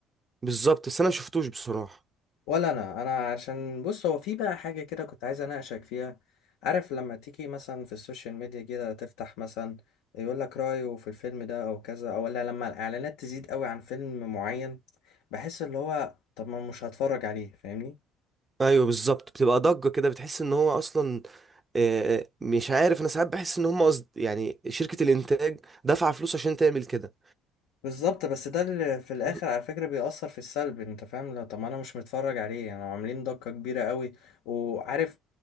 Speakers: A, on the right; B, on the left.
A: بالظبط بس انا مشفتوش بصراحة
B: ولا انا انا عشان بص هو في بقى حاجة كده كنت عايز اناقشك فيها عارف لما تيجي مثلا في السوشيال ميديا كده تفتح مثلا يقول لك رأيه في الفيلم ده او كذا او ولا لما الاعلانات تزيد قوي عن فيلم معين بحس اللي هو طب ما مش هتفرج عليه فاهمني
A: ايوه بالظبط بتبقى ضجه كده بتحس ان هو اصلا آه، آه، مش عارف انا ساعات بحس ان هم قصد يعني شركه الانتاج دافعه فلوس عشان تعمل كده
B: بالظبط بس ده اللي في الاخر
A: <clears throat>
B: على فكره بيأثر في السلب انت فاهم لو طب ما انا مش متفرج عليه يعني عاملين ضجه كبيره قوي وعارف